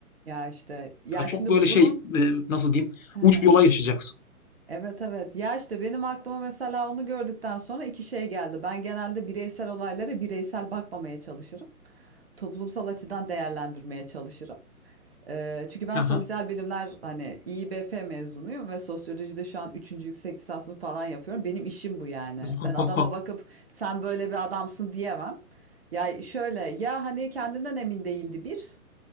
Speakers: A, on the right; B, on the left.
A: Ya, işte, ya,
B: Ya çok
A: şimdi
B: böyle
A: bunun
B: şey e, nasıl diyeyim
A: Hı hı.
B: uç bir olay yaşayacaksın.
A: Evet, evet. Ya, işte, benim aklıma mesela onu gördükten sonra 2 şey geldi. Ben genelde bireysel olaylara bireysel bakmamaya çalışırım. Toplumsal açıdan değerlendirmeye çalışırım. Eee, çünkü ben
B: Aha.
A: sosyal bilimler, hani, İİBF mezunuyum ve sosyolojide şu an üçüncü yüksek lisansımı falan yapıyorum. Benim işim bu yani.
B: <laughs>
A: Ben adama bakıp sen böyle bir adamsın diyemem. Ya, şöyle, ya, hani, kendinden emin değildi bir.